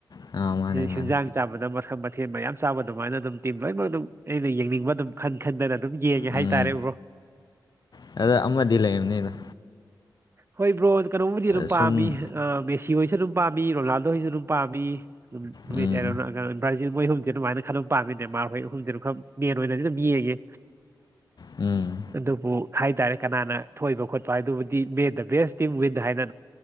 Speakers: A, on the left (about 55°); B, on the right (about 30°).
A: ꯑꯥ ꯃꯥꯅꯦ
B: ꯍꯦ
A: ꯃꯥꯅꯦ
B: ꯍꯦꯟꯖꯥꯡ ꯆꯥꯕꯗ ꯃꯈꯜ ꯃꯊꯦꯜ ꯃꯌꯥꯝ ꯆꯥꯕ ꯑꯗꯨꯃꯥꯏꯅ ꯑꯗꯨꯝ ꯇꯤꯝ ꯂꯣꯏꯅꯃꯛ ꯑꯗꯨꯝ ꯑꯩꯅ ꯌꯦꯡꯅꯤꯡꯕ ꯑꯗꯨꯝ ꯈꯟ ꯈꯟꯗꯅ ꯑꯗꯨꯝ ꯌꯦꯡꯒꯦ
A: ꯎꯝ
B: ꯍꯥꯏꯇꯥꯔꯦ ꯕ꯭ꯔꯣ
A: ꯑꯗ ꯑꯃꯗꯤ ꯂꯩꯔꯝꯅꯤꯗ
B: ꯍꯣꯏ ꯕ꯭ꯔꯣ ꯀꯩꯅꯣꯝꯕꯨꯗꯤ ꯑꯗꯨꯝ
A: ꯁꯨꯝ
B: ꯄꯥꯝꯃꯤ ꯑꯥ ꯃꯦꯁꯤ ꯍꯣꯏꯁꯨ ꯑꯗꯨꯝ ꯄꯥꯝꯃꯤ ꯔꯣꯅꯥꯜꯗꯣ ꯍꯣꯏꯁꯨ ꯑꯗꯨꯝ ꯄꯥꯝꯃꯤ <unintelligible>
A: ꯎꯝ
B: ꯁꯤ ꯑꯗꯨꯃꯥꯏꯅ ꯈꯟꯅ ꯑꯗꯨꯝ ꯄꯥꯝꯃꯤ ꯅꯦꯃꯔꯍꯣꯢ ꯑꯍꯨꯝꯁꯤ ꯑꯗꯨꯝ ꯈꯔ ꯃꯦꯟ ꯑꯣꯏꯅꯗꯤ ꯑꯗꯨꯝ ꯌꯦꯡꯉꯦ
A: ꯎꯝ
B: ꯑꯗꯨꯕꯨ ꯍꯥꯏꯇꯥꯔꯦ ꯀꯅꯥꯅ ꯊꯣꯛꯢꯕ ꯈꯣꯠꯄ ꯍꯥꯏꯗꯨꯕꯨꯗꯤ ꯃꯦꯟꯗ ꯕꯔꯁ ꯇꯤꯝ ꯋꯤꯟ ꯍꯥꯏꯗ